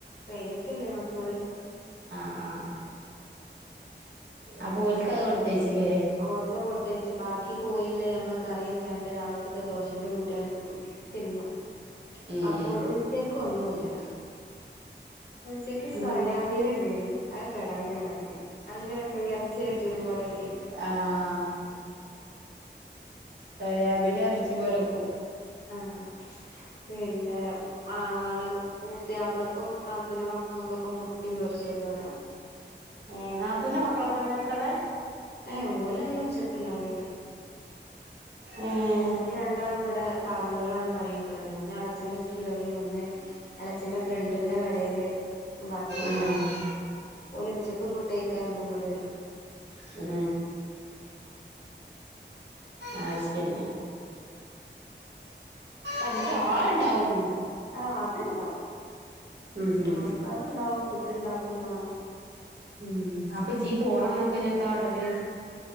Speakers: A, on the left; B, on the right.
A: പ്രവറ്റ് അല്ലെ മറ്റോള്
B: ആഹ് ആഹ് ആഹ് അപ്പൊ ഒൽക്കത് കൊടുത്തേച്ചില്ലേ
A: ഓൽക്കത് കൊട്തേച്ചി ബാക്കി കോഴില്ലെ ഞങ്ങള് കറിവെച്ചാണ്ട് രാവിൽക് ത്ത ദോഷന്റെ കൂടെ തിന്ന്
B: ഉം
A: അപ്പോ ഉച്ചക്ക് ഒന്നുല്ല ഉച്ചക്ക് സോയാബീന്ണ്ടേനി
B: ഉം
A: അഹ് കടായി അണ്ടാക്കി അങ്ങനെ ഇണ്ട് ഇറച്ചി വരറ്റിയതുപോലെയാക്കി
B: ആഹ് സോയാബീന എറച്ചിപോലക്കും
A: ആഹ് പിന്നെ ആണ് പിയാപ്ലക്കും നത്തൂന്റെ മക്കക്കൊക്കെ മുട്ടിം പൊരിച്ചടുത്തോരാ
B: ഏഹ് നാത്തൂന്റെ മക്കളൊക്കെ ഇണ്ട അൻക്കടെ
A: ഏഹ് ഓലഎന്നും ഉച്ചക്ക്‌ണ്ടാവണ്ട്
B: ഏഹ്
A: ഓല് രണ്ടാളും ഇവിടെ കാവനൂരാണ് പണിട്ക്കണത് ഒന്ന് എളച്ചന്റെ സ്റ്റുഡിയോലും ഒന്ന് എളച്ചന്റെ ഫ്രണ്ടിന്റെ കടേല് വർക്ക്യ്യാണ്
B: ആഹ്
A: ഓല് ഉച്ചയ്ക്ക് ഫുഡ് കയ്ക്കാൻ എന്നും ഇങ്ങട്ട് വെരും
B: ഉം അഹ് ശരി അൻക്ക് ആളുണ്ടാവും എന്നു
A: ആഹ് അത്ണ്ടാവും
B: ഉം ഉം
A: ആൾക്കാരുണ്ടാവും ഫുഡ് ഉണ്ടാക്കും വേണം
B: ഉം അപ്പൊജീ പോണന്നൊക്കെ എത്താകാട്ടല്